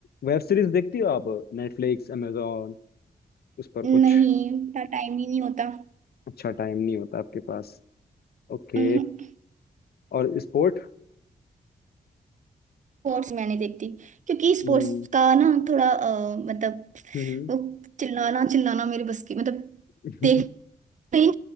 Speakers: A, on the left; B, on the right.
A: वेब सीरीज देखती हो आप नेटफ्लिक्स amazon उस पर
B: नहीं
A: कुछ
B: इतना टाइम ही नहीं होता
A: अच्छा टाइम नहीं होता आपके पास ओके
B: हम्म।
A: और स्पोर्ट
B: स्पोर्ट्स मैं नहीं देखती क्योंकि स्पोर्ट्स
A: हम्म
B: का ना थोड़ा अ, मतलब
A: हम्म,
B: वो चिल्लाना चिल्लाना मेरे बस की मतलब
A: हम्म,
B: देख नहीं